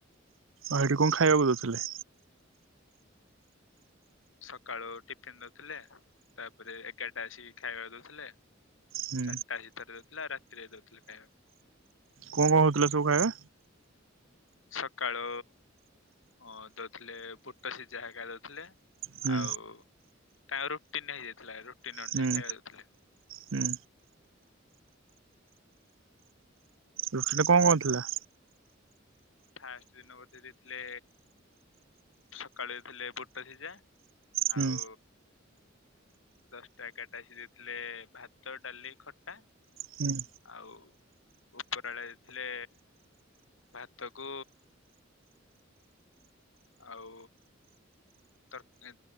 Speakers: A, on the right; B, on the left.
A: ଆ ଏଇଠି କଣ ଖାଇବାକୁ ଦଉଥିଲେ?
B: ସକାଳୁ ଟିଫିନ ଦଉଥିଲେ। ତାପରେ ଏଗାରଟା ଆସିିକି ଖାଇବାକୁ ଦଉଥିଲେ।
A: ହୁଁ।
B: ଚାରଟା ହେଇ ତର ଥିଲା। ରାତିରେ ଦଉଥିଲେ ଖାଇବାକୁ।
A: କଣ କଣ ହେଉଥିଲେ ସବୁ ଖାଇବା?
B: ସକାଳୁ ଅ ଦଉଥିଲେ ବୁଟ ସିଝା ହେକା ଦଉଥିଲେ।
A: ହୁଁ
B: ଆଉ। ତା ରୁଟିନ ଟା ହେଇଯାଇଥିଲା। ରୁ ତିନ୍ ଜଣ
A: ହୁଁ
B: ଯାଏ ଖାଇବାକୁ ଦଉଥିଲେ।
A: ହୁଁ। ରୁଟିଟା କଣ କଣ ଥିଲା?
B: ଫାଷ୍ଟ ଦିନ ଗୋଟେ ଦେଇଥିଲେ ସକାଳେ ଦେଇଥିଲେ ବୁଟ ସିଝା।
A: ହୁଁ
B: ଆଉ। ଦଶଟା, ଏଗାରଟା ଆସି ଦେଇଥିଲେ ଭାତ, ଡାଲି, ଖଟା।
A: ହୁଁ।
B: ଆଉ। ଉପର ଆଳେ ଦେଇ ଥିଲେ ଭାତ୍ ତକୁ ଆଉ ତରକା